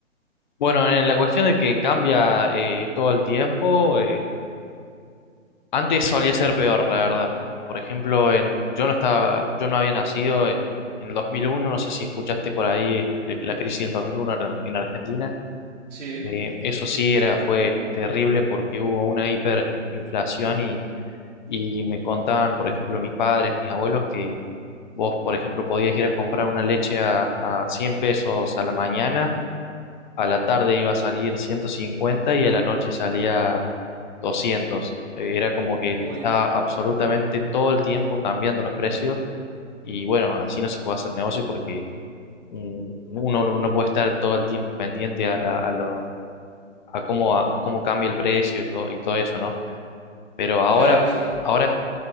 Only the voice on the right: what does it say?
Sí,
uy,
claro, sí.